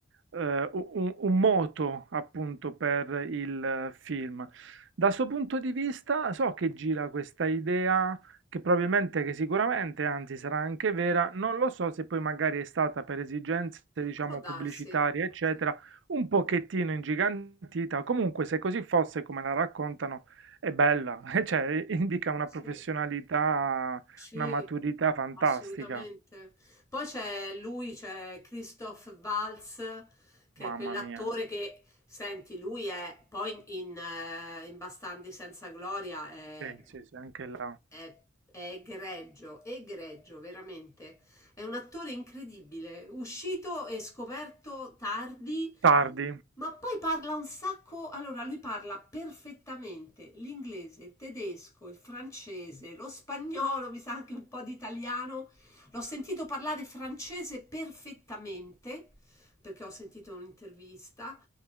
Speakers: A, on the right (about 65°); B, on the left (about 15°).
A: eh, u- un, un moto appunto per il eh, film. Da questo punto di vista, so che gira questa idea che probabilmente, che sicuramente, anzi sarà anche vera, non lo so se poi magari è stata per esigenze, diciamo,
B: può darsi.
A: pubblicitarie, eccetera, un pochettino ingigantita, comunque se così fosse come la raccontano, è bella, <laughs> cioè eh, indica una
B: Sì.
A: professionalità,
B: Sì,
A: una maturità fantastica,
B: assolutamente. Poi c'è lui, c'è Christoph Waltz, che
A: mamma
B: è quell'attore
A: mia,
B: che, senti, lui è poi in, eh, in Bastardi senza gloria, è,
A: sì, sì, sì, anche là.
B: è, è egregio, egregio, veramente. È un attore incredibile, uscito e scoperto tardi.
A: Tardi,
B: Ma poi parla un sacco, allora lui parla perfettamente l'inglese, il tedesco, il francese, lo spagnolo, mi sa anche un po' di italiano. L'ho sentito parlare francese perfettamente perché ho sentito un'intervista